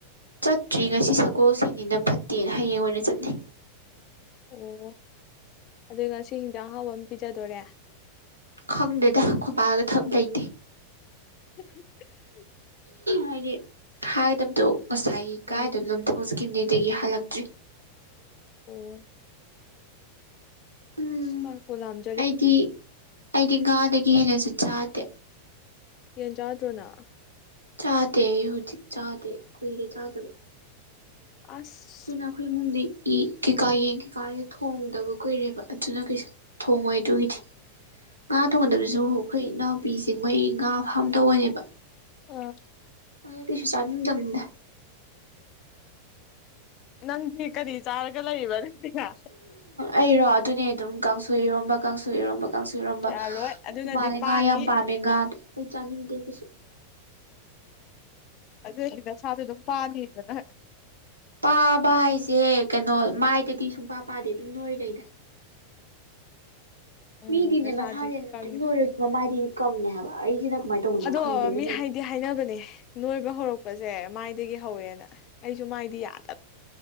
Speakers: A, on the right; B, on the left.
A: ꯆꯠꯇ꯭ꯔꯤ ꯉꯁꯤ ꯁꯒꯣꯜꯁꯤꯟꯅꯤꯅ ꯐꯠꯇꯦꯅ ꯍꯌꯦꯡ ꯑꯣꯏꯅ ꯆꯠꯅꯤ
B: ꯑꯣ ꯑꯗꯨ ꯉꯁꯤ ꯍꯤꯟꯖꯥꯡ ꯑꯍꯥꯎꯕ ꯑꯃ ꯄꯤꯖꯗꯣꯔꯦ
A: ꯈꯪꯗꯦꯗ ꯈꯄꯥꯛꯒ ꯊꯕꯛ ꯂꯩꯇꯦ
B: <inaudible>
A: ꯍꯥꯏꯗꯤ ꯍꯥꯏꯒꯗꯕꯗꯣ ꯉꯁꯥꯏ ꯀꯥꯏꯗꯅꯣ
B: ꯎꯝ
A: ꯊꯕꯛ ꯆꯠꯈꯤꯕꯅꯦ ꯑꯗꯩ ꯍꯜꯂꯛꯇ꯭ꯔꯤ
B: ꯑꯣ
A: ꯎꯝ
B: ꯆꯥꯛꯄꯨ ꯂꯥꯝꯃꯦ
A: ꯑꯩꯗꯤ ꯑꯩꯗꯤ ꯉꯥꯗꯒꯤꯁꯨ ꯍꯦꯟꯅꯁꯨ ꯆꯥꯗꯦ
B: ꯌꯦꯟ ꯆꯥꯗ꯭ꯔꯣ ꯅꯪ
A: ꯆꯥꯗꯦ ꯍꯧꯖꯤꯛ ꯆꯥꯗꯦ ꯀꯨꯏꯔꯦ ꯆꯥꯗꯕ
B: ꯑꯁ
A: ꯅꯈꯣꯏ ꯏꯃꯨꯡꯗꯤ ꯀꯩꯀꯥ ꯌꯦꯟ ꯀꯩꯀꯥꯗꯤ ꯊꯣꯡꯗꯕ ꯀꯨꯏꯔꯦꯕ ꯑꯗꯨꯅ ꯀꯩꯁꯨ ꯊꯣꯡꯉꯣꯏ ꯑꯗꯨꯒꯤꯗꯤ ꯉꯥ ꯊꯣꯡꯒꯟꯗꯕꯁꯨ ꯑꯩꯈꯣꯏ ꯏꯅꯥꯎꯄꯤꯁꯦ ꯃꯣꯏ ꯉꯥ ꯐꯥꯝ ꯇꯧꯧꯕꯅꯦꯕ
B: ꯑ
A: ꯍꯗ ꯀꯩꯁꯨ ꯆꯥꯅꯤꯡꯗꯅꯤꯗ
B: ꯅꯪꯗꯤ ꯀꯔꯤ ꯆꯥꯔꯒ ꯂꯩꯕ ꯅ
A: ꯑꯩꯔꯣ ꯑꯗꯨꯅꯦ ꯑꯗꯨꯝ ꯀꯥꯡꯁꯨꯣꯏ ꯏꯔꯣꯝꯕ ꯀꯥꯡꯁꯨ ꯏꯔꯣꯝꯕ ꯀꯥꯡꯁꯨ ꯏꯔꯣꯝꯕ
B: ꯌꯥꯔꯣꯏ
A: ꯑꯩꯈꯣꯏ
B: ꯑꯗꯨꯅꯗꯤ
A: ꯃꯥꯜꯂꯦ
B: ꯄꯥꯅꯤ
A: ꯉꯥ ꯌꯥꯝ ꯄꯥꯝꯃꯦ ꯉꯥ ꯑꯗꯨꯣ ꯑꯩ ꯆꯥꯅꯤꯡꯗꯦ ꯀꯩꯁꯨ
B: ꯑꯗꯨꯏꯗꯤ ꯅꯁꯥꯁꯨ ꯑꯗꯨꯝ ꯄꯥꯅꯤꯗꯅ
A: ꯄꯥꯕ ꯍꯥꯏꯁꯦ ꯀꯩꯅꯣ ꯃꯥꯏꯗꯗꯤ ꯁꯨꯡꯄꯥ ꯄꯥꯗꯦ ꯑꯗꯨꯝ ꯅꯣꯏꯔꯩꯗ
B: ꯎꯝ
A: ꯃꯤꯗꯤꯅꯦ
B: ꯅꯁꯥꯗꯤ
A: ꯃꯁꯥꯅꯦ ꯅꯣꯏꯪ
B: ꯀꯪꯉꯦ
A: ꯅꯣꯏꯔꯁꯨ ꯃꯃꯥꯏꯗꯤ ꯀꯪꯅꯦ ꯍꯥꯏꯕ ꯑꯩꯁꯤꯅ ꯀꯃꯥꯏꯅ ꯇꯧꯕꯅꯣ
B: ꯑꯗꯣ
A: ꯈꯪꯗꯦ ꯃꯅꯣꯏ
B: ꯃꯤ ꯍꯥꯏ ꯁꯤ ꯍꯥꯏꯅꯕꯅꯦ ꯅꯣꯏꯕ ꯍꯧꯔꯛꯄꯁꯦ ꯃꯥꯏꯗꯒꯤ ꯍꯧꯋꯦꯅ ꯑꯩꯁꯨ ꯃꯥꯏꯗꯤ ꯌꯥꯗ